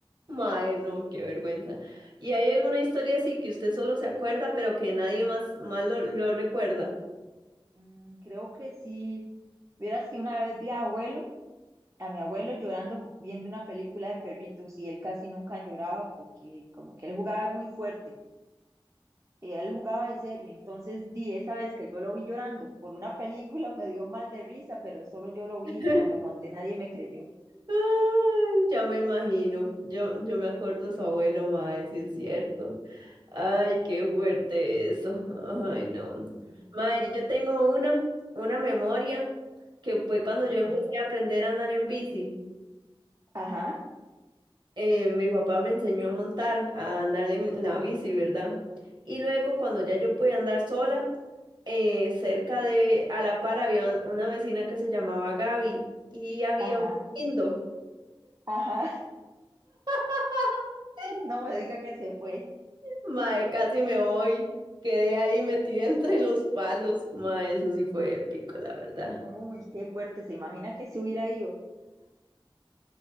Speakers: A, on the right; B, on the right.
A: mae, no, qué vergüenza. ¿Y hay alguna historia así que usted solo se acuerda, pero que nadie más, más lo, lo recuerda?
B: Mm, creo que sí. Vieras que una vez vi a abuelo, a mi abuelo llorando viendo una película de perritos y él casi nunca lloraba porque como que él jugaba muy fuerte. y él jugaba de serio. Entonces, di esa vez que yo lo vi llorando por una película, <laughs> me dio mal de risa, pero solo yo lo
A: <laughs>
B: vi y cuando conté nadie me creyó.
A: Ay, ya me imagino. Yo, yo me acuerdo de su abuelo, mae, sí es cierto. Ay, qué fuerte eso. <laughs> Ay, no.
B: Y,
A: Mae, yo tengo una, una memoria que fue cuando
B: Ajá,
A: yo empecé a aprender a andar en bici.
B: ajá,
A: Eh, mi papá me enseñó a montar, a andar en en la bici, ¿verdad? Y luego cuando ya yo pude andar sola, eh, cerca de, a la par había una vecina que se llamaba Gaby y había
B: ajá,
A: un lindo.
B: ajá. <laughs>
A: <laughs>
B: No me diga que se fue.
A: Mae, casi me voy. Quedé ahí metida <laughs> entre los palos. Mae, eso sí fue épico, la verdad.
B: Uy, qué fuerte. ¿Se imagina que si hubiera ido?